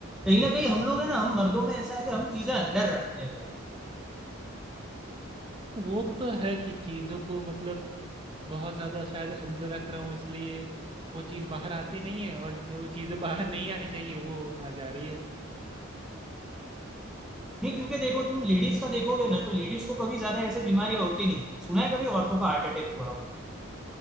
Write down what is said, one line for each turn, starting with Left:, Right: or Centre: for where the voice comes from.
Centre: कहीं ना कहीं हम लोग है ना हम मर्दों में ऐसा है कि हम चीजें अंदर रखते हैं बहुत
Right: वो तो है कि चीज़ों को मतलब बहुत ज़्यादा शायद अंदर रख रहा हूँ इसलिए वो चीज़ बाहर आती नहीं है और जो चीज़ें बाहर नहीं आनी चाहिए वो आ जा रही है
Centre: नहीं क्योंकि देखो तुम लेडीज का देखोगे ना तो लेडीज को कभी ज्यादा ऐसे बीमारियां होती नहीं है सुना है कभी औरतों को हार्ट अटैक हुआ हो